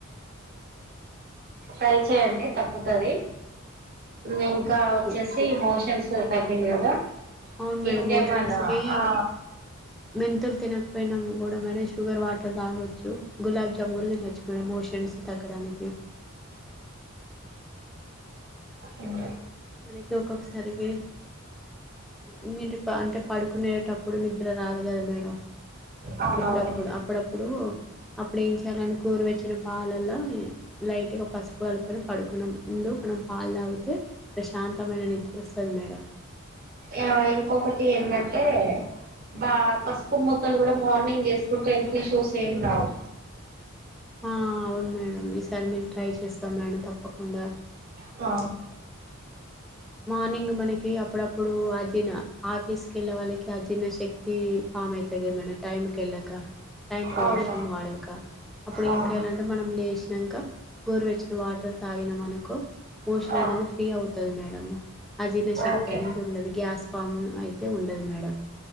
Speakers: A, on the right; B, in the centre.
A: ట్రై చేయండి తగ్గుతది నువె
B: మీద
A: కా వచ్చేసి మోషన్స్ నో పార్కింగ్ కదా
B: అవును మేడం
A: ఇంకేమన్నా
B: మోషన్స్ కి
A: ఆ
B: మెంతులు తి తినకపోయినము మూడమనేషి షుగర్ వాటర్ తాగొచ్చు గులాబ్ జామ్ కూడ తినచ్చు మేడం మోషన్స్ తగ్గడానికి
A: ఊమ్
B: మనకి ఒక్కొక్కసారికి ఇమీడ్ అంటే పడుకునేటప్ ఇప్పుడు నిద్ర రాదు కదా మేడం
A: అవునవును
B: అప్పుడప్పుడు అప్పుడప్పుడు అప్పుడు ఏం చేయ్యాలం కోరు వెచ్చని వచ్చిన పాలల లైట్గా పసుపు కలుకొని పడుకున ముందు మనం పాలు తాగితే ప్రశాంతమైన నిద్రోస్తది మేడం
A: ఆ ఇంకొకటి ఏంటంటే బా పసుపు ముక్కలు కూడా మార్నింగ్ చేసుకుంటే హెల్త్ ఇష్యూస్ ఏం రావు
B: ఆ అవును మేడం మీస్ దాని మేమ్ ట్రై చేస్తాం మేడం తప్ పకుండా
A: అ
B: మార్నింగ్ మనకి అప్పుడప్పుడు అజీర్ణ ఆఫీస్కి వెళ్ళ వాళ్ళకి అజీన శక్తి ఫామ్ ఐతది కద మేడం టైమ్కి వెళ్ళక టైం వాష్రమ్
A: అవును
B: వాడాక అప్పుడు ఏం
A: అవును
B: చేయాలంటే మనం లే ఇంకా గోరు వెచ్చని వాటర్ తాగిన మనుకో మోషన్
A: ఆ
B: అనేది ఫ్రీ అవుతది మేడమ్ అజీర్ణ శక్తి
A: ఓకే
B: అనేది ఉండదు గ్యాస్ ఫామ్ అయితే ఉండదు మేడం